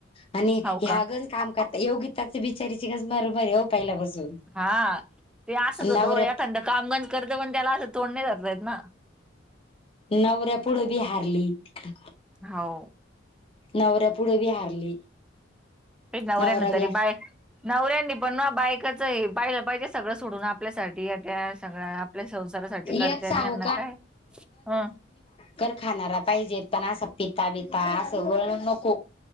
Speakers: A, on the left; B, in the centre.
A: आणि
B: हाव
A: ह्यागण
B: का
A: काम कर. योगीताचे बिचारीचे गस मर मरे हो पहिल्यापासून
B: हा ते असत होतो
A: नवऱ्या
B: एखादा कामगज करत पण त्याला असं तोंडणे जातयत ना
A: नवऱ्या पुुढं बी हारली तिकडे
B: हो
A: नवऱ्या पुढे बी हारली
B: भच नवऱ्या
A: नवरा
B: ना
A: बी
B: तरी बाय नवऱ्यांनी पण ना बायकाच पाहिलं पाहिजे सगळं सोडून आपल्यासाठी अ त्या सगळ्या आपल्या संसारासाठी करते
A: एक सांगू
B: आणि यांना काय ह
A: कर खाणारा पाहिजेत पण असं पिता बिता असं वळण नको